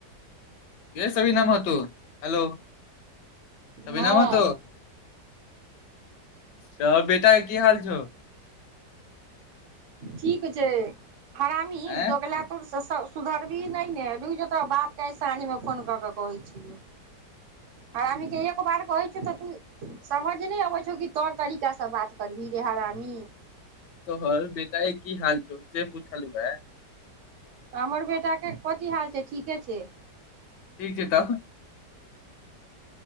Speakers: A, on the left; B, on the right.
A: गैरसविनामत हेलो अभीनााम
B: हँ
A: त त बेटा की हाल छौ।
B: ठीक छै। हरामी
A: ऐं
B: दोग्ला त सुधरबही नहि ने रुो तऽ बापके आइ साँझमे फोन कऽ के कहै छियौ हरामीके एक बार कहै छियौ तऽ तू समझ नहि अबै छौ। कि तोर तरीकासँ बात करबही रे हरामी
A: तोहर बेटा के की हाल छौ, से पूछल हए
B: हमर बेटा के कथी हाल छै, ठीके छै।
A: ठीक छै तब